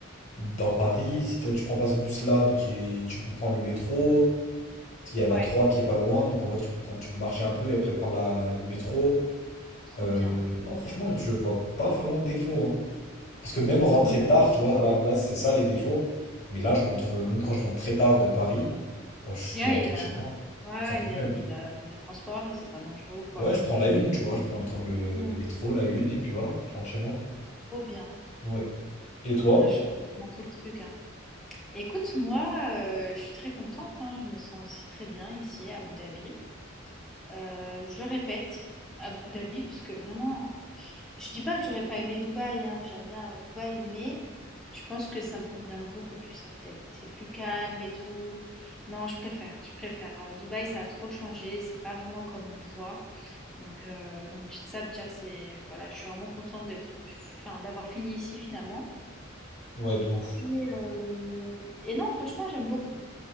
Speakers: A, on the left; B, in the centre.
A: dans Paris. Si t'as- tu prends pas ce bus-là, bah, qui... tu peux prendre le métro. Il y a la
B: Ouais,
A: 3 qui est pas loin. Donc, en vrai, tu peux prendre... tu peux marcher un peu et après prendre la, la- le métro.
B: trop
A: Euh,
B: bien.
A: Non, franchement, je vois pas vraiment de défaut, hein. Parce que même
B: Bah
A: rentrer
B: tant mieux.
A: tard, tu vois, à la base, c'est ça les défauts. Mais là, je rentre, euh, même quand je rentre très tard de Paris, bah, je
B: Ouais,
A: peux rentrer
B: il y a,
A: chez moi,
B: ouais,
A: sans problème.
B: il y a des, euh, il y a des transports et c'est pas dangereux ou quoi.
A: Ouais, je prends la une, tu vois, je prends le, tra- le,
B: Mm,
A: le métro, la une, et puis voilà, je rentre chez moi.
B: trop bien.
A: Ouais. Et toi?
B: Ça change vraiment tout le truc, hein. Écoute, moi, euh, je suis très contente, hein. Je me sens aussi très bien ici à Abu Dhabi. Euh, je le répète, Abu Dhabi, parce que vraiment, Je dis pas que j'aurais pas aimé Dubaï, hein, j'aime bien euh, Dubaï, mais je pense que ça me convient beaucoup plus à Abu Dhabi. C'est plus calme et tout. Non, je préfère, je préfère. Euh, Dubaï, ça a trop changé, c'est pas vraiment comme on voit. Donc, euh, donc ça déjà, c'est voilà, je suis vraiment contente d'être, enfin, d'avoir fini ici finalement.
A: Ouais, de ouf.
B: Et, euh, et non, franchement, j'aime beaucoup.